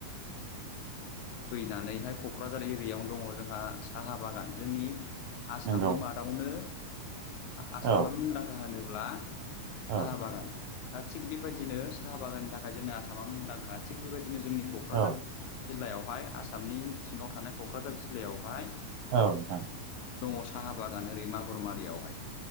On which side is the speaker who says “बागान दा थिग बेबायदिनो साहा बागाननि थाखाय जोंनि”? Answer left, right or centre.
Left